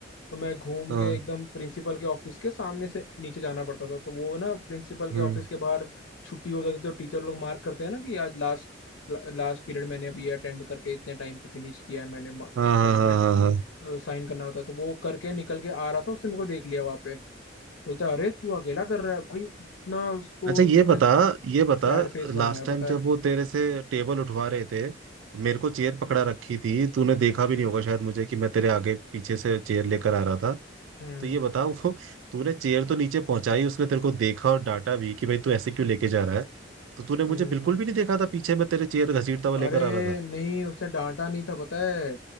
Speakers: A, on the left; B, on the right.
A: तो मैं घूम
B: हाँ
A: के एकदम प्रिंसिपल के ऑफिस के सामने से नीचे जाना पड़ता था तो वो ना प्रिंसिपल
B: हम्म
A: के ऑफिस के बाहर छुट्टी हो जाती तो टीचर लोग मार्क करते हैं ना कि आज लास्ट लास्ट पीरियड मैंने अभी अटेंड करके इतने टाइम पे फिनिश किया है मैंने
B: हाँ
A: असाइनमेंट
B: हाँ हाँ हाँ हाँ
A: साइन करना होता है तो वो करके निकल के आ रहा था उसने मेरे को देख लिया वहां पे बोलता है अरे तू अकेला कर रहा है भाई उतना उसको
B: अच्छा ये
A: उसने
B: बता ये
A: सैड
B: बता
A: फेस बनाया
B: लास्ट टाइम
A: पता
B: जब
A: है
B: वो तेरे से टेबल उठवा रहे थे मेरे को चेयर पकड़ा रखी थी तूने देखा भी नहीं होगा शायद मुझे कि मैं तेरे आगे पीछे से चेयर लेकर आ रहा था
A: हम्म
B: तो ये बता वो तूने चेयर तो नीचे पहुंचाई उसने तेरे को देखा और डांटा भी कि भाई तू ऐसे क्यों लेके जा रहा है तो तूने मुझे
A: हम्म
B: बिल्कुल भी नहीं देखा था पीछे मैं तेरे चेयर घसीटता हुआ
A: अरे
B: लेकर आ रहा था
A: नहीं उसने डांटा नहीं था पता है